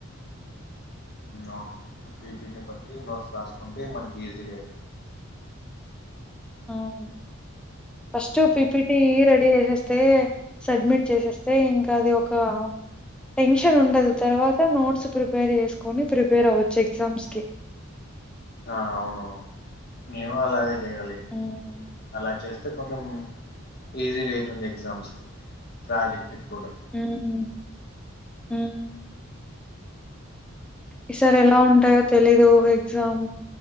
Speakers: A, on the left; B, in the centre.
A: అవును పీపీనటీ బట్టి నోట్స్ రాసుకుంటే మనకి ఈజీగా
B: హమ్ ఫస్ట్ పిపిటి రెడీ చేసేస్తే సబ్మిట్ చేసేస్తే ఇంకా అది ఒక టెన్షన్ ఉండదు తర్వాత నోట్స్ ప్రిపేర్ చేసుకొని ప్రిపేర్ అవ్వచ్చు ఎగ్జామ్స్ కి
A: ఆ అవునవును నేను అలాగే చెయ్యాలి
B: హ్మ్
A: అలా చేస్తే అంటే కొంచం ఈజీ అవుతుంది ఎగ్జామ్స్కి ప్రాజెక్ట్ కూడా
B: ఉహూ ఉమ్ ఈ సార్ ఎలా ఉంటాయో తెలీదు ఎగ్జామ్